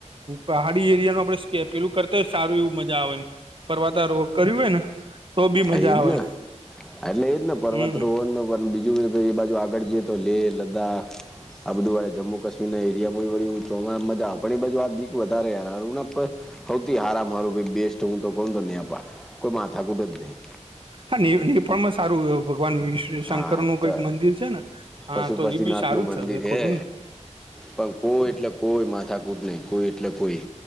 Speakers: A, on the right; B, in the centre.
A: પહાડી એરિયા ન આપડે સ્કે પેલું કરતા હોય સારું એવું મજા આવે એમ. પરવાતા રોગ કર્યું હોય ને. તો બી મજા
B: એજ
A: આવે
B: ને
A: એમ
B: એટલે એજ ને પર્વત
A: હમ
B: રો. બીજું એ બાજુ આગળ જઈએ તો લેહ લદ્દાખ આ બધું વાળે જમ્મુ ક્મી. એરિયામાંળો મજા આપણ એ બાુ આ બીક વધારે યાર. સવથી હારમ હારું ભ બેસ્ટ હું તો કું તો નેપાર કોઈ માથાકૂટ જ નહીં.
A: હા પણમાં સારું. ભગવાન વિશ્વ
B: હા
A: શંકર નું કઈક
B: તો
A: મંદિર છે ને હા
B: પશુપતિનાથનું
A: તો એ બી સારું
B: મંદિર
A: જ છે ક
B: હે
A: ખોટુંને.
B: પણ કોઈ એટલે કોઈ માથાકૂટ નહી કોઈ એટલે કોઈ